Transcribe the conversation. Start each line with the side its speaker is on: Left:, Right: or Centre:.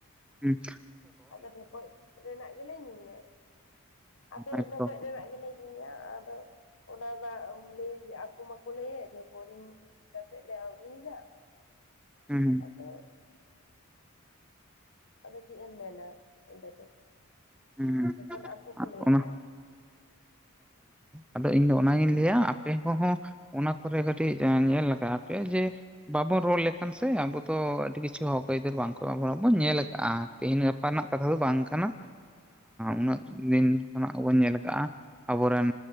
Centre: ᱦᱮᱸ
Left: ᱟᱫᱚ ᱰᱷᱮᱠᱚᱡ ᱨᱮᱱᱟᱜ ᱜᱮᱞᱮ ᱧᱩᱭᱟ ᱟᱫᱚ
Centre: ᱦᱮᱸᱛᱚ
Left: ᱰᱷᱮᱠᱚᱡ ᱨᱮᱱᱟᱜ ᱜᱮᱞᱮ ᱧᱩᱭᱟ ᱟᱫᱚ ᱚᱱᱟ ᱱᱟ ᱞᱟᱹᱭ ᱟᱠᱚ ᱢᱟᱠᱚ ᱞᱟᱹᱭᱟ ᱡᱮ ᱵᱳᱨᱤᱝ ᱠᱟᱛᱮᱜ ᱞᱮ ᱟᱹᱜᱩᱭᱮᱫᱟ
Centre: ᱦᱩᱸ
Left: ᱟᱫᱚ ᱟᱫᱚ ᱪᱮᱫ ᱮᱢ ᱢᱮᱱᱟ ᱚᱸᱰᱮ ᱫᱚ
Centre: ᱦᱩᱸ ᱦᱩᱸ
Left: ᱡᱚᱠᱷᱚᱱ ᱟᱠᱚ ᱠᱚ ᱞᱟᱹᱭᱮᱫᱼᱟ
Centre: ᱚᱱᱟ
Left: <inaudible>
Centre: ᱟᱫᱚ ᱤᱧ ᱫᱚ ᱚᱱᱟᱜᱤᱧ ᱞᱟᱹᱭᱟ ᱟᱯᱮ ᱠᱚᱦᱚᱸ ᱚᱱᱟ ᱠᱚᱨᱮ ᱠᱟᱹᱴᱤᱡ ᱧᱮᱞ ᱞᱟᱜᱟᱣ ᱟᱯᱮ ᱡᱮ ᱵᱟᱵᱚᱱ ᱨᱚᱲ ᱞᱮᱠᱷᱟᱱ ᱥᱮ ᱟᱵᱚ ᱫᱚ ᱟᱹᱰᱤ ᱠᱤᱪᱷᱩ ᱦᱚᱠ ᱟᱹᱭᱫᱟᱹᱨ ᱵᱟᱝ ᱠᱚ ᱮᱢᱟ ᱵᱚᱱᱟ ᱧᱮᱞ ᱟᱠᱟ ᱼᱟ ᱜᱟᱯᱟᱱᱟᱜ ᱠᱟᱛᱷᱟ ᱫᱚ ᱵᱟᱝ ᱠᱟᱱᱟ ᱩᱱᱟᱹᱜ ᱫᱤᱱ ᱠᱷᱚᱱᱟᱜ ᱵᱚᱱ ᱧᱮᱞ ᱟᱠᱟᱜᱼᱟ ᱟᱵᱚᱨᱮᱱ